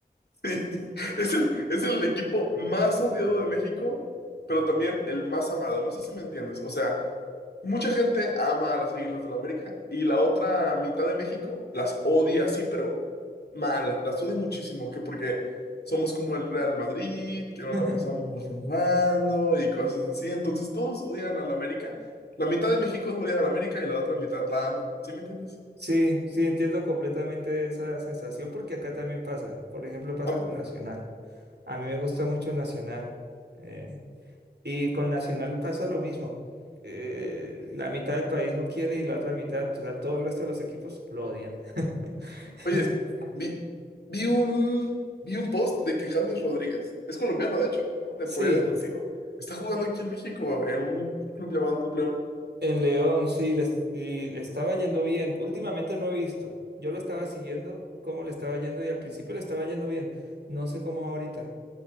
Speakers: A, on the left; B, on the right.
A: Sí, <laughs> es el, es el equipo más odiado de México, pero también el más amado. No sé si me entiendes. O sea, Mucha gente ama a las Águilas del América y la otra mitad de México las odia, sí, pero mal, las odia muchísimo, que porque somos como el Real Madrid, que nos
B: <laughs>
A: la pasamos robando y cosas así. Entonces todos odian a la América. La mitad de México odia a la América y la otra mitad la ama. ¿Sí me entiendes?
B: Sí, sí, entiendo completamente esa sensación porque acá también pasa. Por ejemplo, pasa
A: ¿A
B: con
A: poco?
B: Nacional. A mí me gusta mucho Nacional. eh, y con Nacional pasa lo mismo. Eh, la mitad del país lo quiere y la otra mitad, o sea, todo el resto de los equipos lo odian. <laughs>
A: Oye, vi, vi un, vi un post de que James Rodríguez, es colombiano de hecho, ¿no? de
B: Sí,
A: por allá de contigo, está jugando aquí en México en un club llamado Club León.
B: En León, sí, les- y le estaba yendo bien. Últimamente no he visto. Yo lo estaba siguiendo, cómo le estaba yendo y al principio le estaba yendo bien. No sé cómo va ahorita,